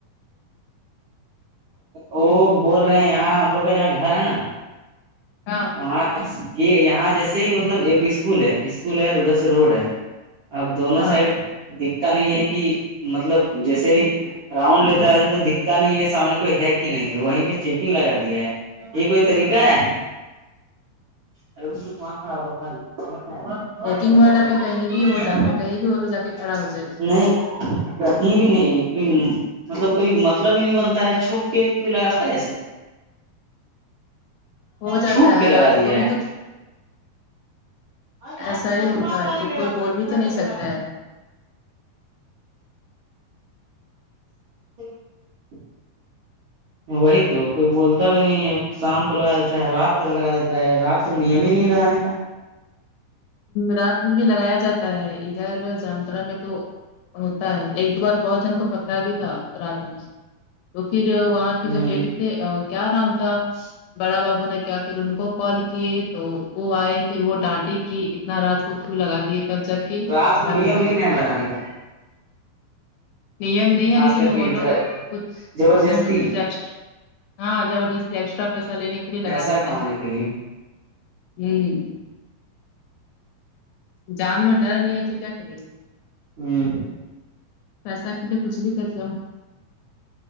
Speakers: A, on the right; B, on the left.
A: وہ بول رہے یہاں ہم لوگ کا جہاں گھر ہے نا
B: ہاں
A: وہاں یہ یہاں جیسے ہی مطلب ایک اسکول ہے اسکول ہے اور ادھر سے روڈ ہے اب دونوں
B: ہاں
A: سائڈ دکھتا نہیں ہے کہ مطلب جیسے ہی راؤنڈ لیتا ہیں تو دکھتا نہیں ہے سامنے کوئی ہے کہ نہیں ہے وہیں پہ چیکنگ لگا دیا ہے یہ کوئی طریقہ ہے ارے اگ کو کڑا ہو تواری <unintelligible>
B: ہیکنگ والا کا کہیں بھی ہو جاتا ہے کہیں بھی وہ لوگ جا کے کھڑا ہو جائے گا
A: نہیں کہیں بھی نہیں کوئی مطلب کوئی مطلب ہی نہیں بنتا ہے چھپ کے کوئی لگاتا ہے ایسے
B: ہو جاتا
A: چھوپ کے
B: ہے
A: لگا
B: رات
A: دیا
B: کو بھی
A: ہے
B: تو
A: آج آج
B: ایسا
A: کٹا
B: ہی ہوتا
A: مارے
B: ہے تو
A: گی
B: کوئی
A: کٹا
B: بول بھی تو نہیں
A: چلے
B: سکتا
A: گا
B: ہے
A: جی وہی تو کوئی بولتا بھی نہیں ہے شام کو لگا دیتا ہے رات تک لگا دیتا ہے رات تک نیم ہی نہیں لگانے کا
B: رات میں بھی لگایا جاتا ہے ادھر جامترا میں تو ہوتا ہے ایک دو بار بہت جن کو پکڑا بھی تھا رات میں تو پھر وہاں
A: ہ
B: جو ہیڈ تھے کیا نام تھا بڑا بابو نے کیا پھر ان کو کال کیے تو وہ آئے پھر وہ ڈانٹے کی اتنا رات کو کیو لگا دیے تب جا کے
A: رات کو
B: بند
A: نیم
B: ہوا
A: نہیں ن لگانے کا
B: نیم نہیں
A: خاص
B: ہے لیکن
A: کر
B: وہ
A: کے ادھر
B: لوگ کچھ
A: زبردستی
B: ہ کچھ ایکسٹا ہاں زبردستی ایکسٹرا پیسہ لینے کے لیے
A: پیسہ
B: لگا دیتا
A: کمانے
B: ہے
A: کے لیے
B: ہاں جان میں ڈر نہیں ہے تو کیا کرے
A: ہوں
B: پیسہ کے لیے کچھ بھی کر جاؤ